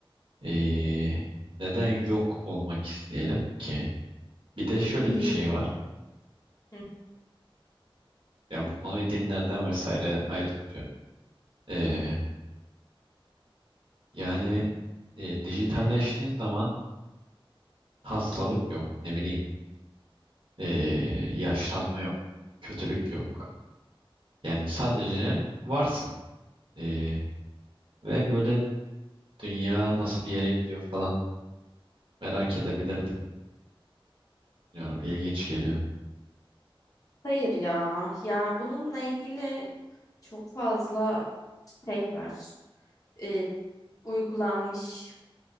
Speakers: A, on the right; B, on the left.
A: ee, neden yok olmak isteyelim ki? Bir de
B: e,
A: şöyle
B: değil.
A: bir şey var.
B: Hı,
A: Yani bu konuyu dinlerden vesaire ayrı tutuyorum. Ee,
B: hı.
A: yani e, dijitalleştiğin zaman Hastalık yok, ne bileyim, ee, yaşlanma yok, kötülük yok. Yani sadece varsın. Ee, ve böyle dünya nasıl bir yere gidiyor falan merak edebilirdim. Bilmiyorum, ilginç geliyor.
B: Hayır ya ya bununla ilgili çok fazla şey var. Ee, uygulanmış